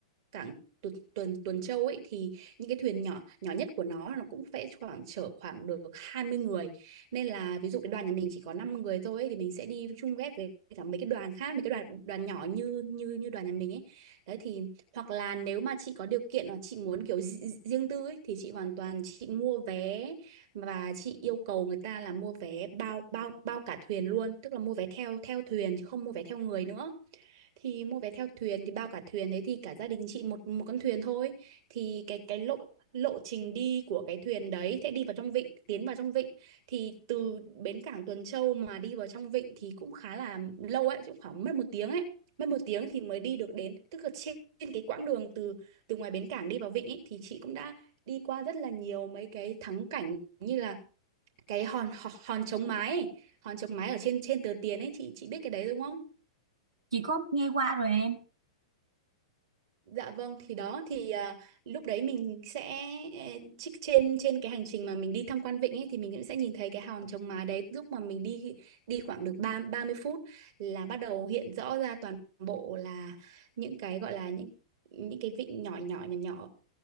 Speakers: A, on the right; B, on the right.
A: cảng Tuần Tuần Tuần Châu ấy thì những cái thuyền nhỏ nhỏ nhất của nó nó cũng phải khoảng chở khoảng được hai mươi người nên là ví dụ cái đoàn nhà mình chỉ có 5 người thôi ấy, thì mình sẽ đi chung ghép với cả mấy cái đoàn khác mấy cái đoàn đoàn nhỏ như như như đoàn nhà mình ấy đấy thì hoặc là nếu mà chị có điều kiện hoặc chị muốn kiểu ri- riêng tư ấy, thì chị hoàn toàn chị mua vé và chị yêu cầu người ta là mua vé bao bao bao cả thuyền luôn tức là mua vé theo theo thuyền chứ không mua vé theo người nữa thì mua vé theo thuyền thì bao cả thuyền đấy thì cả gia đình chị một một con thuyền thôi thì cái cái lộ lộ trình đi của cái thuyền đấy sẽ đi vào trong vịnh tiến vào trong vịnh thì từ bến cảng Tuần Châu mà đi vào trong vịnh thì cũng khá là lâu ấy cũng khoảng mất một tiếng ấy mất một tiếng thì mới đi được đến tức là trên trên cái quãng đường từ từ ngoài bến cảng đi vào vịnh ấy, thì chị cũng đã đi qua rất là nhiều mấy cái thắng cảnh như là cái hòn hòn, hòn chống mái ấy. hòn chống mái ở trên trên tờ tiền ấy chị chị biết cái đấy đúng không
B: chị có nghe qua rồi em
A: Dạ vâng, thì đó thì à, lúc đấy mình sẽ eh, trích trên trên cái hành trình mà mình đi tham quan vịnh ấy thì mình cũng sẽ nhìn thấy cái hòn trống mái đấy lúc mà mình đi đi khoảng được ba 30 phút là bắt đầu hiện rõ ra toàn bộ là những cái gọi là những những cái vịnh nhỏ nhỏ nhỏ nhỏ